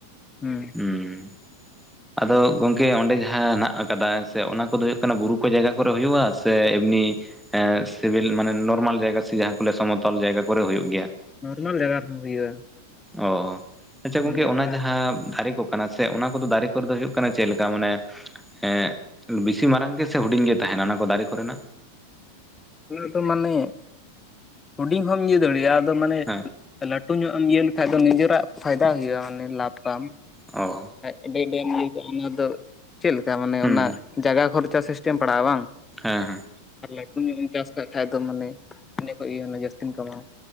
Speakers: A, on the left (about 15°); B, in the centre.
A: ᱦᱩᱸ᱾
B: ᱦᱩᱸ᱾ ᱟᱫᱚ ᱜᱚᱝᱠᱮ ᱚᱸᱰᱮ ᱡᱟᱦᱟᱸ ᱦᱮᱱᱟᱜ ᱟᱠᱟᱫᱟ ᱦᱮᱸᱥᱮ ᱚᱱᱟ ᱠᱚᱫᱚ ᱦᱳᱭᱳᱜ ᱠᱟᱱᱟ ᱵᱩᱨᱩ ᱠᱚ ᱡᱟᱭᱜᱟ ᱠᱚᱨᱮ ᱦᱩᱭᱩᱜᱼᱟ ᱥᱮ? ᱥᱮ ᱮᱢᱱᱤ ᱥᱤᱵᱤᱞ ᱢᱟᱱᱮ ᱱᱚᱨᱢᱟᱞ ᱡᱟᱭᱜᱟ ᱥᱮ ᱡᱟᱦᱟᱸ ᱠᱚ ᱞᱮᱭᱟ ᱥᱚᱢᱚᱛᱚᱞ ᱡᱟᱭᱜᱟ ᱠᱚᱨᱮ ᱦᱳᱭᱳᱜ ᱜᱮᱭᱟ?
A: ᱱᱚᱨᱢᱟᱞ ᱡᱟᱭᱜᱟ ᱨᱮᱦᱚᱸ ᱦᱩᱭᱩᱜᱼᱟ
B: ᱚ ᱟᱪᱷᱟ ᱜᱚᱝᱠᱮ
A: ᱢᱟᱱᱮ
B: ᱚᱱᱟ
A: ᱚᱱᱠᱟ
B: ᱡᱟᱦᱟᱸ ᱫᱟᱨᱮ ᱠᱚ ᱠᱟᱱᱟ ᱥᱮ ᱚᱱᱟ ᱠᱚᱫᱚ ᱫᱟᱨᱮ ᱠᱚᱨᱮ ᱫᱚ ᱦᱩᱭᱩᱜ ᱠᱟᱱᱟ ᱪᱮᱫ ᱞᱮᱠᱟ ᱢᱟᱱᱮ ᱦᱮᱸ ᱵᱤᱥᱤ ᱢᱟᱨᱟᱝ ᱜᱮᱥᱮ, ᱦᱩᱰᱤᱧ ᱜᱮ ᱛᱟᱦᱮᱸᱱᱟ ᱚᱱᱟ ᱠᱚ ᱫᱟᱨᱮ ᱠᱚᱨᱮᱱᱟᱜ?
A: ᱚᱱᱟ ᱫᱚ ᱢᱟᱱᱮ ᱦᱩᱰᱤᱧ ᱦᱚᱢ ᱤᱭᱟᱹ ᱫᱟᱲᱮᱭᱟᱜᱼᱟ ᱟᱫᱚ ᱢᱟᱱᱮ
B: ᱦᱮᱸ
A: ᱞᱟᱹᱴᱩ ᱧᱚᱜ ᱮᱢ ᱤᱭᱟᱹ ᱞᱮᱠᱷᱟᱡ ᱫᱚ ᱱᱤᱡᱮᱨᱟᱜ ᱯᱷᱟᱭᱫᱟ ᱦᱳᱭᱳᱜᱼᱟ, ᱢᱟᱱᱮ ᱞᱟᱵᱷᱚ ᱛᱟᱢ ᱾
B: ᱚᱻ,
A: ᱟᱹᱰᱤ ᱟᱹᱰᱤᱢ ᱞᱟᱹᱭ ᱠᱮᱜ ᱚᱱᱟ ᱫᱚ ᱪᱮᱫ ᱞᱮᱠᱟ, ᱢᱟᱱᱮ
B: ᱦᱩᱸ
A: ᱚᱱᱟ ᱡᱟᱭᱜᱟ ᱠᱷᱚᱨᱪᱟ ᱥᱤᱥᱴᱮᱢ ᱯᱟᱲᱟᱜᱼᱟ ᱵᱟᱝ?
B: ᱦᱮᱸᱻᱦᱮᱸᱻ ᱾
A: ᱟᱨ ᱞᱟᱹᱴᱩ ᱧᱚᱜ ᱮᱢ ᱪᱟᱥ ᱠᱟᱜ ᱠᱷᱟᱡ ᱫᱚ ᱢᱟᱱᱮ ᱤᱱᱟᱹ ᱠᱷᱚᱡ ᱜᱮ ᱡᱟᱹᱥᱛᱤᱢ ᱠᱟᱢᱟᱣᱟ